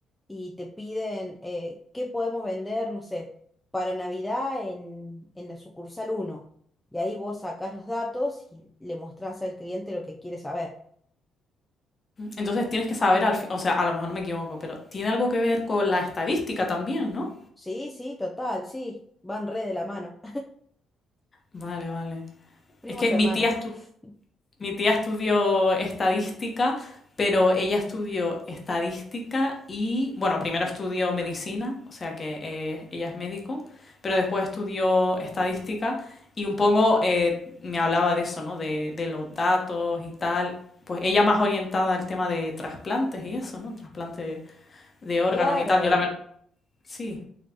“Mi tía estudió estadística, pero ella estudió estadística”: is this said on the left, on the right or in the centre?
Left